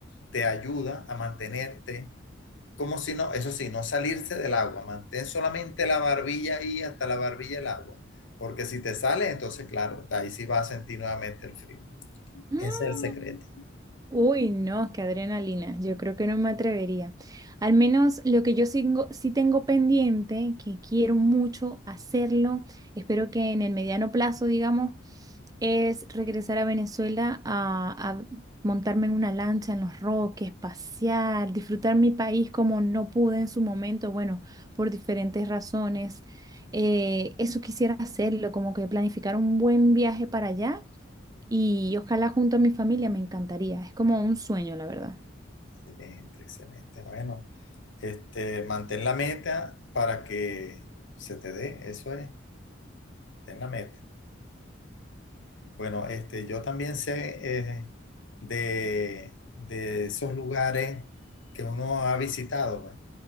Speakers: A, on the left; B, on the right.
A: te ayuda a mantenerte como si no, eso sí, no salirse del agua, mantén solamente la barbilla ahí hasta la barbilla del agua, porque si te sales, entonces claro, ahí sí vas a sentir nuevamente el frío.
B: Mm.
A: Ese es el secreto.
B: Uy, no, qué adrenalina. Yo creo que no me atrevería. Al menos lo que yo singo- sí tengo pendiente, que quiero mucho hacerlo, espero que en el mediano plazo, digamos, es regresar a Venezuela a, a montarme en una lancha en los Roques, pasear, disfrutar mi país como no pude en su momento, bueno, por diferentes razones. Eh, eso quisiera hacerlo, como que planificar un buen viaje para allá y ojalá junto a mi familia me encantaría. Es como un sueño, la verdad.
A: Excelente, excelente. Bueno, este, mantén la meta para que se te dé, eso es, ten la meta. Bueno, este, yo también sé eh, de, de esos lugares que uno ha visitado, pues.